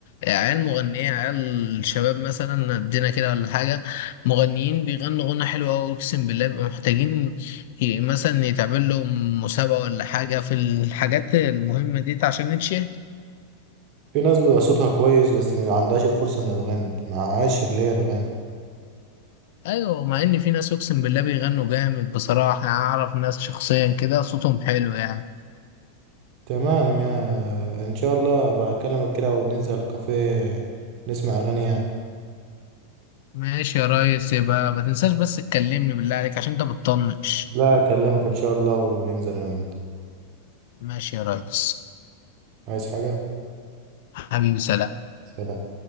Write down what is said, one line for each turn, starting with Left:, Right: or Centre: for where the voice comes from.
Left: عيال مغنيه عيال شباب مثلا قدنا كده ولا حاجه مغنيين بيغنوا غنى حلو قوي اقسم بالله بيبقوا محتاجين ي- مثلا يتعمل لهم مسابقه ولا حاجه في الحاجات المهمه دي عشان نتشهر
Right: في ناس بيبقى صوتها كويس بس ما عندهاش الفرصة انها تغني معهاش اللي هي تغني
Left: ايوه مع ان في ناس اقسم بالله بيغنوا جامد بصراحه يعني اعرف ناس شخصيا كده صوتهم حلو يعني
Right: تمام يا ان شاء الله بكلمك كده وننزل كافيه نسمع اغاني يعني
Left: ماشي يا ريس يبقى ما تنساش بس تكلمني بالله عليك عشان انت بتطنش
Right: لا اكلمك ان شاء الله وننزل انا وانت
Left: ماشي يا ريس
Right: عايز حاجة
Left: حبيبي سلام
Right: سلام